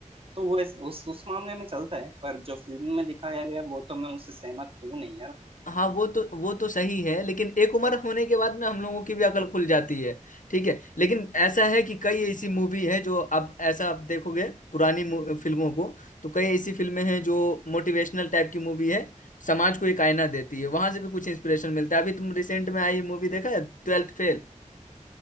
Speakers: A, on the right; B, on the left.
A: तो वो इस- उस उस मामले में चलता है पर जो फिल्म में दिखाया गया वो तो मैं उससे सहमत हूँ नहीं यार
B: हाँ वो तो वो तो सही है लेकिन एक उम्र होने के बाद में हम लोगों की भी अकल खुल जाती है ठीक है लेकिन ऐसा है कि कई ऐसी मूवी है जो आप ऐसा आप देखोगे पुरानी मू- फिल्मों को तो कई ऐसी फिल्में हैं जो मोटिवेशनल टाइप की मूवी है समाज को एक आईना देती है वहां से भी कुछ इंस्पिरेशन मिलता है अभी तुम रिसेंट में आई मूवी देखा है ट्वेल्थ फेल